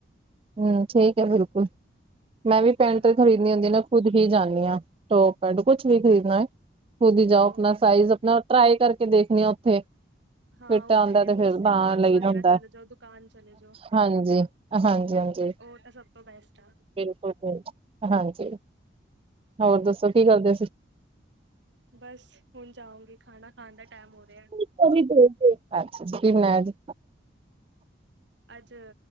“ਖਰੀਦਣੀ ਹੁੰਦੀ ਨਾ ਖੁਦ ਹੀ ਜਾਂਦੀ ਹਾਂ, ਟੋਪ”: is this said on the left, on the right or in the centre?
Right